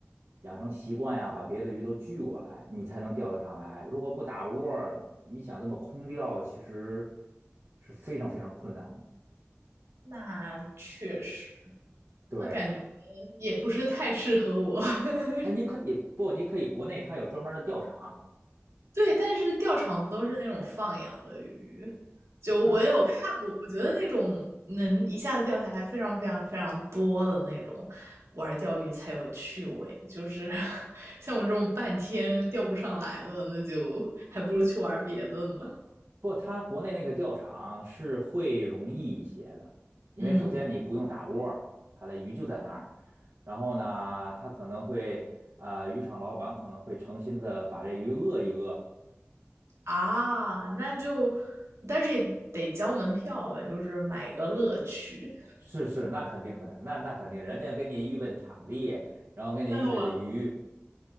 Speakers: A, on the right (about 60°); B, on the right (about 80°).
A: 养成习惯呀，把别的鱼都聚过来，你才能钓得上来。如果不打窝儿你想这么空钓，其实是非常非常困难的。
B: 那确实，
A: 对，
B: 那感觉也不是太适合我。<laughs>
A: 哎，你可以不？你可以国内它有专门儿的钓场，
B: 对，但是钓场不都是那种放养的鱼？就我也有看过，
A: 嗯，
B: 我觉得那种能一下子钓下来非常非常非常多的那种，玩钓鱼才有趣味。就是 <laughs> 像我这种半天钓不上来的，那就还不如去玩别的呢。
A: 不，它国内那个钓场是会容易一些的，因为首先你不用打窝儿它的鱼就在那儿，
B: 嗯
A: 然后呢，它可能会呃，渔场老板可能会诚心的把这鱼饿一饿，
B: 啊，那就，但是也得交门票吧，就是买个乐趣。
A: 是是，那肯定的，那那肯定，人家给你预备的场地，然后给你预备的鱼，
B: 那我